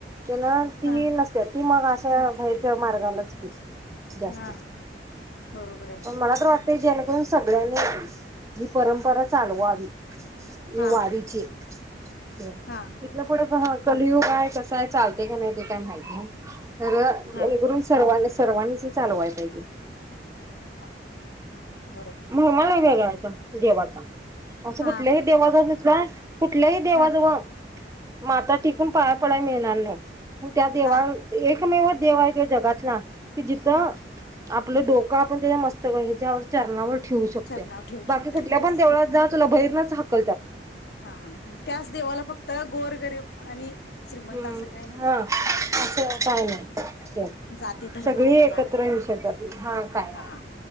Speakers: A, on the right; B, on the left.
A: तेन ती
B: हां
A: नसत्यात ती मग आ हा बाहेरच्या मार्गालाच की जास्त
B: हां बरोबर आहे
A: पण
B: की
A: मला तर वाटतय जेणेकरून सगळ्यांनी <unintelligible> परंपरा चालवावी नि
B: हां
A: वारीची तेन
B: हां
A: इथन पुढं कलयुगय कसं आहे चालते का नाही ते काय माहित नाय. तर जेणेकरून
B: हां
A: सर्वांना सर्वांनाच चालवाय पाहिजेत
B: हा हा ब
A: महिमा लई वेगळाय तो देवाचा असं
B: हा
A: कुठल्याही
B: हा
A: देवाचा तिथंला कुठलेही देवा
B: हा
A: जवळ माता टिकून पाया पडाय मिळणार नाही <inaudible> त्या देवाल
B: हा
A: एकमेव देव हाय तो जगातला की जिथ आप
B: हा
A: आपलं डोकं आपण त्या मस्त ह्याच्यावर <inaudible> ठेवू शकतोय
B: तर नाव ठेवू शकते
A: बाकी कुठल्या
B: म्हणजेच
A: पण देवळात जात तुला बहिरनच हाकलत्यात
B: हा त्याच देवाला फक्त गोरगरीब आणि श्रीमंत
A: हम्म
B: असं काही नाही
A: हा असं काय
B: हा
A: नाही ते
B: जाती धर्म
A: सगळी
B: कुठला
A: एकत्र
B: नाही
A: येऊ शकतात हा काय
B: हा
A: नाही